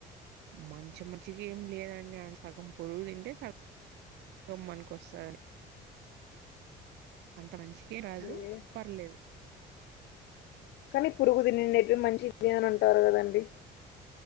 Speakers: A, on the right (about 85°); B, on the left (about 80°).
A: మంచి మంచికి ఏం లేదండి సగం పురుగు తింటే సగం సగం మనకోస్తది అంత మంచికి రాదు
B: ఓకే
A: పర్లేదు
B: మీర్ పురుగు తినిండేది మంచిదే అని అంటారు కదండి